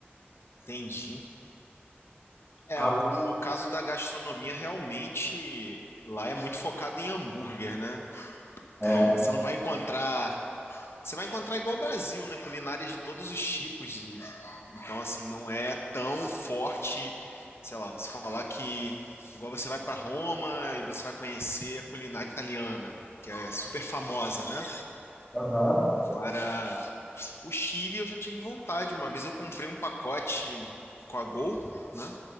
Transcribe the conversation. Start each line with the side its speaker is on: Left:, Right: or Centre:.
Left: Entendi. É,
Centre: Ah,
Left: o caso da gastronomia realmente lá é muito focado em hambúrguer, né? Então,
Centre: é.
Left: você não vai encontrar. Você vai encontrar igual o Brasil, né? Culinária de todos os tipos. E, então, assim, não é tão forte, sei lá, você falar que. Igual você vai para Roma e você vai conhecer a culinária italiana, que é super famosa, né?
Centre: aham.
Left: Agora, o Chile eu já tive vontade. Uma vez eu comprei um pacote com a Gol, né?